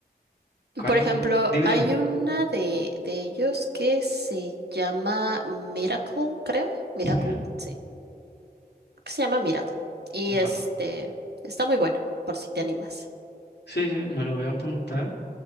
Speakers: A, on the left; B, on the right.
A: ¿Cuál?
B: Por ejemplo,
A: Dime,
B: hay
A: dime.
B: una de, de ellos que se llama Miracle, creo. Miracle,
A: Sí,
B: sí, creo que se llama Miracle. Y este
A: va.
B: está muy buena, por si te animas.
A: Sí, sí, me lo voy a apuntar.